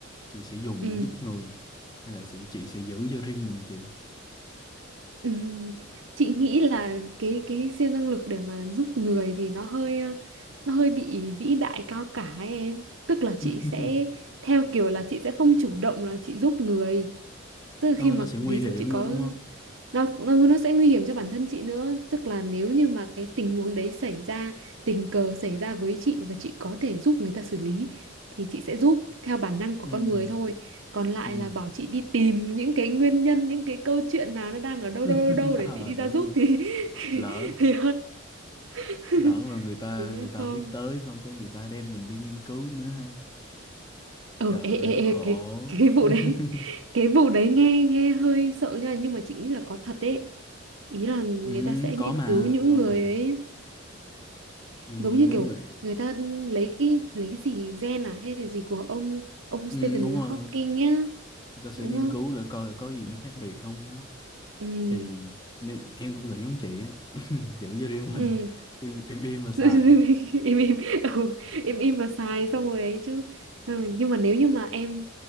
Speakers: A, on the left (about 20°); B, on the right (about 75°).
A: chị sẽ dùng
B: ừ.
A: để giúp người hay là chị, chị sẽ giữ cho riêng mình chị
B: Ừm, chị nghĩ là cái cái siêu năng lực để mà giúp người thì nó hơi ờ, nó hơi bị vĩ đại cao cả ấy em tức là chị
A: <laughs>
B: sẽ theo kiểu là chị sẽ không chủ động là chị giúp người tức là
A: Ờ,
B: khi mà
A: nó sẽ
B: ví
A: nguy hiểm
B: dụ chị có
A: nữa đúng không
B: nó nó nó sẽ nguy hiểm cho bản thân chị nữa tức là nếu như mà cái tình huống đấy xảy ra tình cờ xảy ra với chị và chị có thể giúp người ta xử lý thì chị sẽ giúp theo bản năng của
A: ừ
B: con người thôi còn lại
A: ừ
B: là bảo chị đi tìm những cái nguyên nhân những cái câu chuyện nào nó đang ở đâu
A: <laughs>
B: đâu đâu đâu để
A: à,
B: chị đi
A: đúng
B: ra giúp
A: đúng
B: thì <laughs> thì,
A: lỡ
B: thì, <laughs>
A: lỡ mà người ta
B: thì
A: người ta
B: không
A: biết tới xong cái người ta đem mình đi nghiên cứu nữa ha
B: ờ
A: trời
B: ê,
A: ơi
B: ê,
A: nó khổ
B: ê, cái cái vụ
A: <laughs>
B: đấy cái vụ đấy nghe nghe hơi sợ nha nhưng mà chị nghĩ là có thật đấy ý là người
A: ừ,
B: ta sẽ
A: có
B: nghiên
A: mà
B: cứu những
A: có
B: người
A: mà
B: ấy
A: nhưng
B: giống như
A: nếu
B: kiểu
A: mà
B: người ta lấy cái lấy cái gì gen à hay là gì của ông ông
A: ừ,
B: Stephen
A: đúng
B: Hawking
A: rồi
B: nhá
A: người ta
B: đúng
A: sẽ nghiên
B: không
A: cứu là coi có gì nó khác biệt không á
B: ừ
A: thì nè, em cũng nghĩ giống chị á <laughs> giữ cho riêng
B: ừ
A: mình im im im
B: <laughs>
A: mà xài
B: em im ừ, im im mà xài xong rồi ấy chứ Xong nhưng mà nếu như mà em